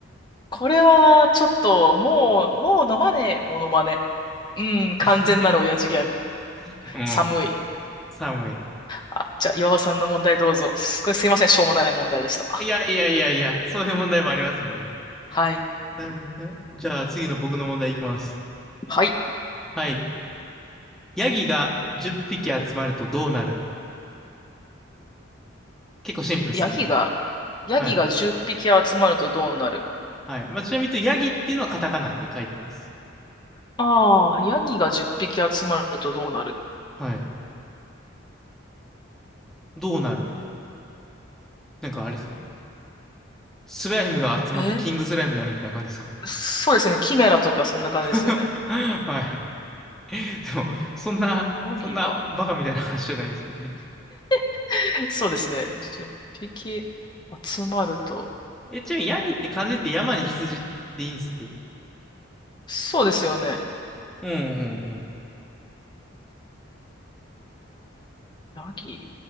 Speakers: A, on the left; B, in the centre.
A: これはちょっと、もう、もう飲まねえ、モノマネ。うん、完全なる親父ギャグ。
B: <laughs> うん。
A: 寒い。
B: 寒い。
A: あ、じゃあ、岩尾さんの問題どうぞ。す、これすいません、しょうもない問題でした。
B: いやいやいやいや、そういう問題もありますよね。
A: <laughs> はい。
B: なるほどな。じゃあ次の僕の問題いきます。
A: はい。
B: はい。ヤギが10匹集まるとどうなる結構シンプルですね。
A: いヤギが、ヤギが10匹集まるとどうなる
B: はい。はい。まあ、ちなみに言うとヤギっていうのはカタカナで書いてます。
A: ああー、ヤギが10匹集まるとどうなる
B: はい。どうなるなんかあれですね。スライムが集まってキングスライムになるみたいな感じですかね。
A: えそうですね。キメラとかそんな感じですよね。
B: <laughs> はい。でも、そんな、
A: ヤギが。
B: そんなバカみたいな話じゃないですよね。
A: <laughs> そうですね。10匹集まると。
B: え、ちなみにヤギって漢字って山に羊でいいんすっけ
A: そうですよね。
B: うんうんうん。
A: ヤギ、